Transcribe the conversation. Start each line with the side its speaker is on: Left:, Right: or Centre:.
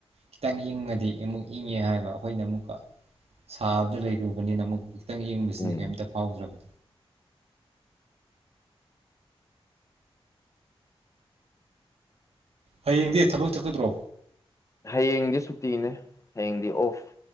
Right: ꯈꯤꯇꯪ ꯏꯪꯉꯗꯤ ꯑꯃꯨꯛ ꯏꯪꯉꯦ ꯍꯥꯏꯕ꯫ ꯑꯩꯈꯣꯏꯅ ꯑꯃꯨꯛꯀ ꯁꯥꯕꯗ ꯂꯩꯔꯨꯕꯅꯤꯅ ꯑꯃꯨꯛ꯫ ꯈꯤꯇꯪ ꯏꯪꯕꯁꯤꯗꯤ
Left: ꯎꯝ
Right: ꯀꯩꯝꯇ ꯐꯥꯎꯗ꯭ꯔꯕ꯫ ꯍꯌꯦꯡꯗꯤ ꯊꯕꯛ ꯆꯠꯀꯗ꯭ꯔꯣ꯫
Left: ꯍꯌꯦꯡꯗꯤ ꯁꯨꯇꯤꯅꯦ ꯍꯌꯦꯡꯗꯤ ꯑꯣꯐ꯫